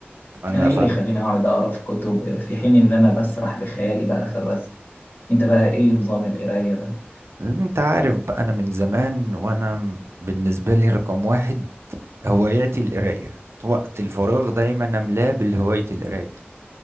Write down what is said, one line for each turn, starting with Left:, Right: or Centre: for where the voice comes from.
Right: فانا
Left: انا ايه
Right: فن
Left: اللي يخليني اقعد اقرا في كتب في حين ان انا بسرح بخيالي بقى في الرسم انت بقى ايه نظام القراية ده
Right: انت عارف بقى انا من زمان وانا م- بالنسبه لي رقم واحد هواياتي القرايه وقت الفراغ دايما املاه بالهوايه القرايه